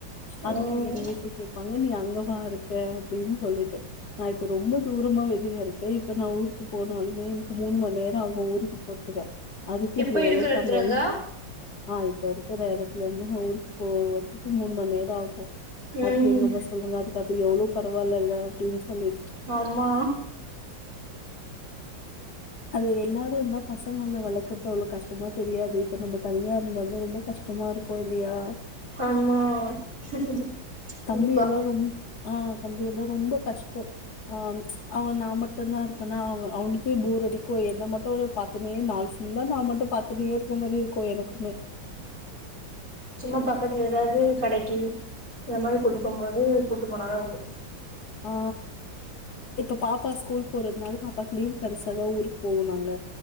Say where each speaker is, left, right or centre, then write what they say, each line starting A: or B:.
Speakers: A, on the left; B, on the right.
A: அதுக்கு
B: ம்
A: எங்க வீட்ல கேப் ப்பங்க நீ அங்கவா இருக்க அப்டின்னு சொல்லிட்டே நா இப்ப ரொம்ப தூரமா வெளிய இருக்கே இப்ப நான் ஊருக்கு போனாலுமே எனக்கு மூணு மண் நேரம் ஆகும் ஊருக்கு க்கு பொறுத்துக்க அதுக்கு
B: இப்ப
A: இது எவ்ளோ
B: இருக்கிற எடத்துல
A: பரவால்ல
B: இருந்தா
A: அ இப்ப இருக்குற இடத்துலருந்து ந ஊருக்கு போவர்த்துக்கு மூண்மண்நேரம் ஆகும்
B: ம்
A: அதுக்கு எங்க அம்மா சொல்லுவாங்க அதுக்கு அது எவ்ளோ பரவால்ல ல அப்டின்னு சொல்லிட்டு
B: ஆம்மா
A: அது எல்லாரும் இருந்தா பசங்கள வளக்கற்து அவ்ளோ கஷ்டமா தெரியாது இப்ப நம்ம தனியா இருந்தோம்னா ரொம்ப கஷ்டமா இருக்கும் இல்லியா
B: ஆமா கண்டிப்பா
A: தம்பி எல்லா ரொம் ஆ தம்பியெலா ரொம்ப கஷ்டம் ஆ அவன் நா மட்டும்தா இருப்பானா அவ அவனு கே போர் அடிக்கும் என்ன மட்டும் பத்துனே நாள் ஃபுல்லா நா மட்டும் பத்துனே இருக்க மாரி இருக்கு எனக்குமே
B: சும்மா பக்கத்துல ஏதாவது கடைக்கு இந்த மாரி கூப்ட்டு போம் போது கூட்டுபோனாத உண்டு
A: ஆ இப்ப பாப்பா ஸ்கூல் போறதுனால பாப்பாக்கு லீவ் கெடச்சாதா ஊருக்கு போவோ நாங்க